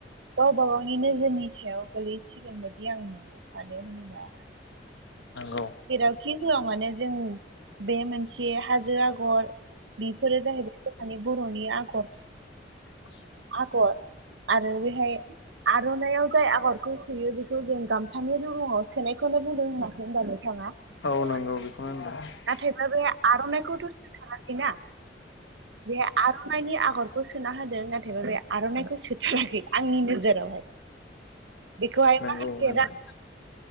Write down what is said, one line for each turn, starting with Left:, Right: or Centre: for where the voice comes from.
Right: गावबा गावनि नोजोरनि सायाव गोलैसिगोन बायदि आं मोनो मानो होनोबा
Left: नंगौ
Right: जेरावखि होआ मानो जों बे मोनसे हाजो आग र बेफोरो जाहैबाय बर'नि आगर
Left: <inaudible>
Right: आगर आरो बेहाय आरननाइयाव जाय आगरखौ सोयो बेखौ जों गामसानि रुगुङाव सोनायखौनो बुंदों होनाखै होनबा नों ङा नाथायबा
Left: औ नंगौ बेखौनो होनदों
Right: बे आरननाइखौथ होनो थाङाखैना। बे आरननाइनि आगर खौ सोना होदों नाथायबा बे आरननाइखौ सोथाराखै आंनि नोजोराव बेखौहाय
Left: नंगौ
Right: माखासे
Left: नोंथां